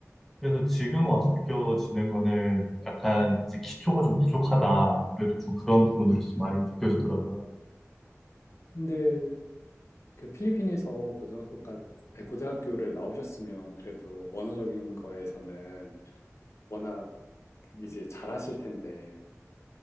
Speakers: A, in the centre; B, on the left (about 60°).
A: 그래서 지금 와서 느껴지는 거는 약간 이제 기초가 좀 부족하다. 아무래도 좀 그런 부분들이 좀 많이 느껴지더라고요.
B: 근데 그 필리핀에서 고등학교까지 네, 고등학교를 나오셨으면 그래도 언어적인 거에서는 워낙 이제 잘하실 텐데